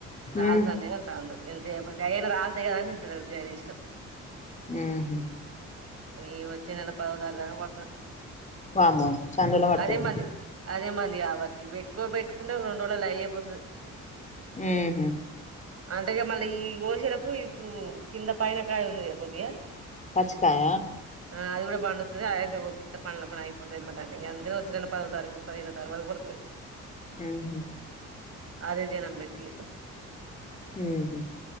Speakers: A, on the right; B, on the left.
A: రాలతాన్నాయ్
B: ఉమ్
A: అంటాండు ఎంతసేపటికి అయ్యాక రాలత కదా ఇంట లేదు ఆయన ఇష్టం
B: ఊహు
A: ఈ వచ్చే నెల పదో తారీఖు దాకా పడుతది
B: వామ్మో చాన్ రోజులకు పడతాయి
A: అదే మంది అదే మంది కాబట్టి ఎక్కువ పెట్టుకుంటే రెండు రోజులల్లో అయేపోతది
B: మ్మ్ హ్
A: అంటే ఇగా మళ్ళీ ఈ గోశెటప్పుడు ఇప్పుడు కింద పైన కాయ ఉందిగా కొద్దిగా
B: పచ్చకాయా
A: ఆ అది కూడా పండుతది అది గూడా కోపిత్తా పండ్లు అయిపోతయి మొత్తం అందరు వచ్చి నన్ను పదవ తారీకు పదిహేను తారీఖు వరకు పడుతాయి
B: మ్మ్ హ్హ్
A: ఆదే జనం పెట్టి ఇగా
B: మ్హ్హ్